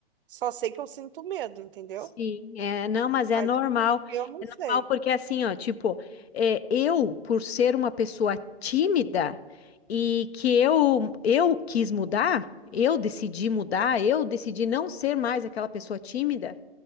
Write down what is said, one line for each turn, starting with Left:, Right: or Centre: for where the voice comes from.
Right: Só sei que eu sinto medo, entendeu?
Left: Sim, é, não, mas é
Right: Mas
Left: normal.
Right: eu não
Left: É
Right: sei.
Left: normal porque assim, ó, tipo, é, eu, por ser uma pessoa tímida e que eu eu quis mudar, eu decidi mudar, eu decidi não ser mais aquela pessoa tímida.